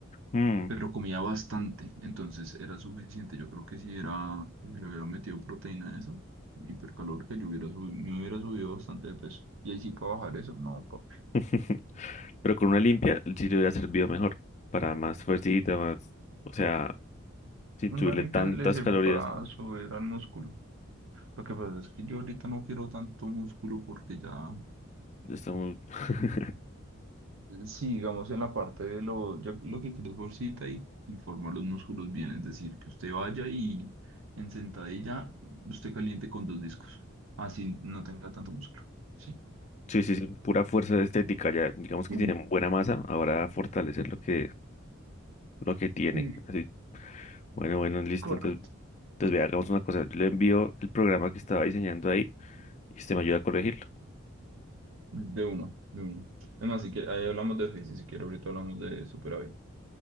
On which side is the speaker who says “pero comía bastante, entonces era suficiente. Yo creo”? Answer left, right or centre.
Right